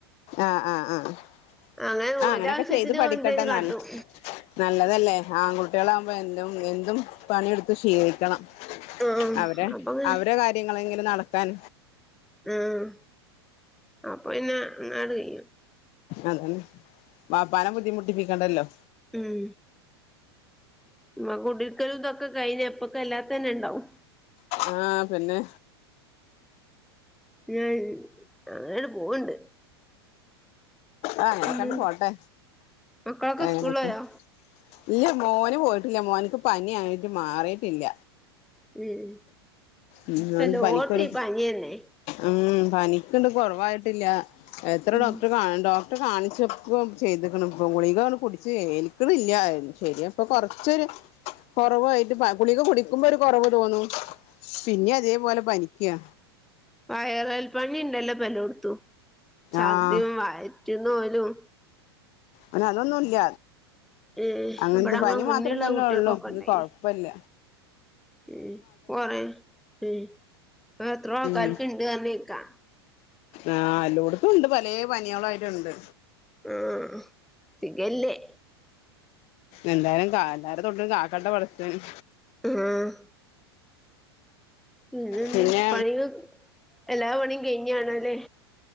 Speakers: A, on the left (about 50°); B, in the centre.
A: ആഹ് ആഹ് ആഹ്
B: അങ്ങനെ
A: ആഹ്
B: ഓന്റെ
A: അങ്ങനൊക്കെ
B: ആവശ്യത്തിന്
A: ചെയ്ത് പഠിക്കട്ടെ
B: ഓൻ എന്തേലും
A: ന്നല്ല
B: കാട്ടും
A: നല്ലതല്ലേ ആൺകുട്ടികളാകുമ്പോ എന്തും എന്തും പണിയെടുത്ത് ശീലിക്കണം
B: ആഹ്
A: അവടെ
B: അപ്പൊങ്ങ
A: അവരെ കാര്യങ്ങളെങ്കിലും നടക്കാൻ
B: ഉം അപ്പം ന്നെ അങ്ങനട് കയ്യും
A: അതന്നെ വപ്പാനെ ബുദ്ധിമുട്ടിപ്പിക്കണ്ടല്ലോ
B: ഉം മ്മക്ക് കുടിര്ക്കലും ഇതൊക്കെ കഴിഞ്ഞ അപ്പക്ക് അല്ലാത്തതന്നെ ഇണ്ടാവും.
A: ആഹ് പിന്നെ?
B: <unintelligible> അങ്ങനെ പോവ്ണ്ട്
A: ആഹ് അങ്ങനൊക്കണ്ട്
B: പിന്നെ
A: പോട്ടെ
B: മക്കളൊക്കെ
A: എങ്ങനൊക്കെ
B: സ്കൂളിലോയോ
A: ഇല്ല മോന് പോയിട്ടില്ല മോൻക്ക് പനി ആയിട്ട് മാറിട്ടില്ല
B: ഉം ഇപ്പെല്ലോട്ത്തും
A: ഉം ഓൻക്ക് പനിക്കൊരു
B: ഈ പനിന്നെ
A: ഉം പനിക്കിണ്ട് കൊറവായിട്ടില്ല എത്ര
B: ഉം
A: ഡോക്ടർ കാൺണ്ടോ ട്ടെ കാണിച്ച് അപ്പം ചെയ്ത്ക്ക്ണ് ഇപ്പ ഗുളികണ്ട് കുടിച്ച് ഏൽക്ക്ണില്ല ശെരി അപ്പൊ കൊർച്ചൊര് കൊറവായിട്ട് പ ഗുളിക കുടിക്കുമ്പോര് കൊറവ് തോന്നും പിന്നിം അതേപോലെ പനിക്കാ
B: വൈയ്റൽപ്പനി ണ്ടല്ലോ പ്പെല്ലോട്ത്തും ഛർദിം,
A: ആഹ്
B: വയറ്റീന്ന്, പോലും
A: ഓന് അതൊന്നുല്ല
B: ഉം
A: അങ്ങൻത്തെ
B: ഇവിടെ ഞങ്ങളെ
A: പനി
B: മുന്നിലുള്ള
A: മാത്രം തന്നെ
B: കുട്ടികൾക്കൊക്കെ
A: ഒള്ളു
B: ഉണ്ടായി
A: ഇത് കൊഴ പല്ല
B: ഉം കൊറെ ഉം എത്രോ ആൾക്കാർക്ക്ണ്ട്
A: ഉം
B: പർഞ്ഞേക്കാ
A: ആഹ് എല്ലോട്ത്തുണ്ട് പലേ പനികളായിട്ട്ണ്ട്
B: ആഹ് സിഗല്ലേ
A: എന്തായാലും കാ എല്ലാരെ തൊട്ടും കാക്കാട്ടെ പടച്ചോന്
B: ആഹ് പിന്നെന്ത്
A: പിന്നെ
B: പണിക എല്ലാ പണിം കഴിഞ്ഞാണല്ലേ?